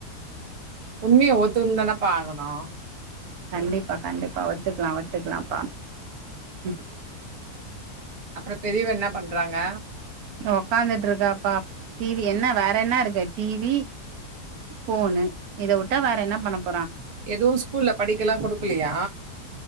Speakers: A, on the right; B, on the right.
A: உண்மைய ஒத்துன்தானப்பா ஆகணு
B: கண்டிப்பா கண்டிப்பா ஒத்துக்கலா ஒத்துக்கலான்பா ம்
A: அப்றோ பெரியவ என்ன பண்றாங்க
B: உக்காந்துட்டு இருக்காப்பா டிவி என்ன வேற என்ன இருக்கு டி வி போனு இத விட்டா வேற என்ன பண்ணப்
A: எதுவு ஸ்கூல்ல படிக்கல்லா குடுக்கலயா